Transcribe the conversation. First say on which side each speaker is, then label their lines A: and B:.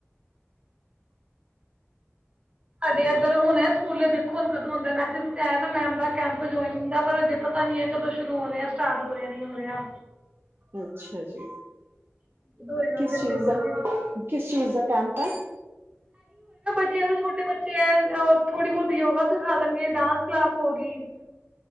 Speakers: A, on the right; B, on the right.
A: ਸਾਡੇ ਇੱਧਰ ਹੁਣ ਸਕੂਲੇ ਦੇਖੋ ਹੁਣ ਕਦੋਂ ਹੁੰਦਾ ਮੈਥ ਆਇਆ ਮੈਮ ਦਾ ਕੈਂਪ ਜੁਆਇਨਿੰਗ ਦਾ ਪਰ ਅਜੇ ਪਤਾ ਨੀ ਹੈ ਕਦੋਂ ਸ਼ੁਰੂ ਹੋ ਰਿਹਾ ਸਟਾਰਟ ਹੋ ਰਿਹਾ ਨੀ ਹੋ ਰਿਹਾ
B: ਅੱਛਾ ਜੀ
A: ਕਦੋਂ ਹੋਏਗਾ
B: ਕਿਸ
A: ਫਿਰ
B: ਚੀ
A: ਭੇਜਾਂਗੇ।
B: ਦਾ ਕਿਸ ਚੀਜ਼ ਦਾ ਕੈਂਮਪ ਹੈ
A: ਬੱਚ ਛੋਟੇ ਬੱਚੇ ਐ ਥੋੜੀ ਬਹੁਤ ਯੋਗਾ ਸਿਖਾ ਦੇਣਗੇ ਡਾਂ ਕਲਾਸ ਹੋਗੀ